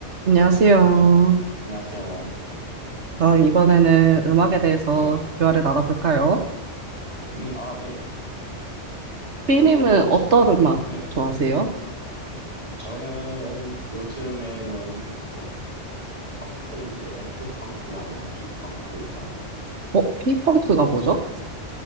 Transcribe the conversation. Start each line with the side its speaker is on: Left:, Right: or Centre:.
Right: 안녕하세요.
Left: 안녕하세요.
Right: 그럼 이번에는 음악에 대해서
Left: 네,
Right: 대화를 나눠볼까요?
Left: 네. 음, 아, 예.
Right: B님은
Left: 그, 혹시,
Right: 어떤 음악
Left: 네.
Right: 좋아하세요?
Left: 저는 요즘에는 그 펑크인데 F펑크가 아니라 P펑크 있잖아요.
Right: 어, B펑크가 뭐죠?